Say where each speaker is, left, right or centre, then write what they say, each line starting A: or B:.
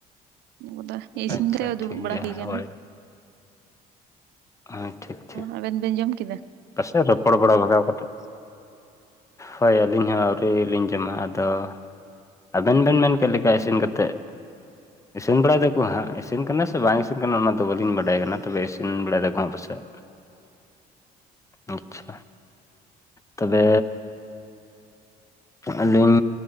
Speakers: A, on the right; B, on the left.
A: ᱡᱚᱢ ᱠᱚᱫᱚ, ᱤᱥᱤᱱ
B: ᱟᱪᱪᱷᱟ
A: ᱠᱟᱛᱮ ᱫᱩᱲᱩᱵ
B: ᱴᱷᱤᱠ
A: ᱵᱟᱲᱟ
B: ᱜᱮᱭᱟ
A: ᱦᱩᱭ ᱟᱠᱟᱱᱟ᱾
B: ᱦᱳᱭ ᱦᱳᱭ ᱴᱷᱤᱠ᱾
A: ᱟᱵᱮᱱ ᱵᱤᱱ ᱡᱚᱢ ᱠᱮᱫᱟ?
B: ᱯᱟᱥᱮᱫ ᱨᱚᱯᱚᱲ ᱵᱟᱲᱟ ᱵᱷᱟᱜᱟᱣ ᱠᱟᱛᱮ᱾ ᱦᱳᱭ ᱟᱹᱞᱤᱧ ᱦᱚᱸ ᱟᱹᱣᱨᱤ ᱞᱤᱧ ᱡᱚᱢᱟ, ᱟᱫᱚ ᱟᱵᱮᱱ ᱵᱤᱱ ᱢᱮᱱ ᱠᱮᱫ ᱞᱮᱠᱟ ᱤᱥᱤᱱ ᱠᱟᱛᱮᱜ ᱤᱥᱤᱱ ᱵᱟᱲᱟᱭ ᱫᱟᱠᱚ ᱦᱟᱸᱜ, ᱤᱥᱤᱱ ᱠᱟᱱᱟ ᱥᱮ ᱵᱟᱝ ᱤᱥᱤᱱ ᱠᱟᱱᱟ ᱚᱱᱟ ᱫᱚ ᱵᱟᱹᱞᱤᱧ ᱵᱟᱰᱟᱭ ᱠᱟᱱᱟ ᱛᱚᱵᱮ ᱤᱥᱤᱱ ᱵᱟᱲᱟᱭ ᱫᱟ ᱠᱚ᱾ ᱵᱟᱝ ᱯᱟᱥᱮᱜ <inaudible> ᱟᱪᱪᱷᱟ ᱛᱚᱵᱮ ᱟᱹᱞᱤᱧ,